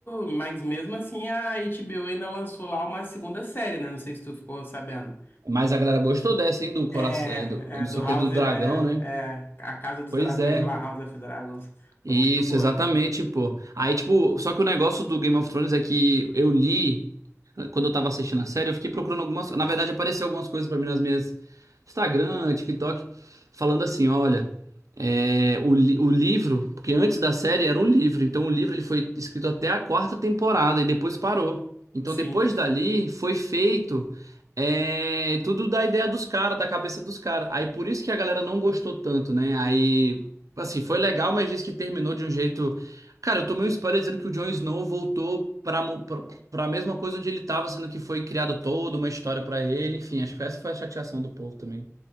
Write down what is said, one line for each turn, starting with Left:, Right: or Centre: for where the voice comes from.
Left: mas mesmo assim a HBO ainda lançou lá uma segunda série, né? Não sei se tu ficou sabendo.
Right: Mas a galera gostou dessa, hein, do coração,
Left: É,
Right: do, do, não
Left: é do
Right: sei
Left: House,
Right: o que, do dragão,
Left: é,
Right: né?
Left: é a Casa dos
Right: Pois
Left: Dragões
Right: é.
Left: lá, House of Dragons. Foi
Right: Isso,
Left: muito boa.
Right: exatamente, pô. Aí, tipo, só que o negócio do Game of Thrones é que eu li, quando eu tava assistindo a série, eu fiquei procurando algumas. Na verdade, apareceu algumas coisas pra mim nas minhas Instagram, TikTok, falando assim: olha, é, o, li- o livro, porque antes da série era um livro, então o livro ele foi escrito até a quarta temporada e depois parou. Então,
Left: Sim.
Right: depois dali, foi feito. é, tudo da ideia dos caras, da cabeça dos caras. Aí por isso que a galera não gostou tanto, né? Aí Assim, foi legal, mas disse que terminou de um jeito. Cara, eu tomei um spoiler dizendo que o Jon Snow voltou pra, mo- pra, pra mesma coisa onde ele tava, sendo que foi criado toda uma história pra ele. Enfim, acho que essa foi a chateação do povo também.